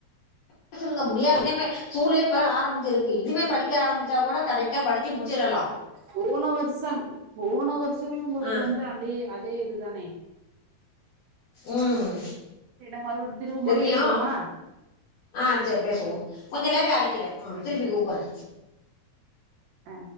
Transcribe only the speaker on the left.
காச்சலுங்க முடியா இனிமே சூலே இப்பதா ஆரம்பிச்சிருக்கு இன்னிமே படி கே ஆரம்மிச்சா கூட கரெக்டா படிச்சு முடிச்சிரலாம்
ஆ
ம்
தெரியு
ஆ செர் பேசுவோ கொஞ்சோ லேட்டா அடிக்கிறே
திருப்பிக் கூப்புறே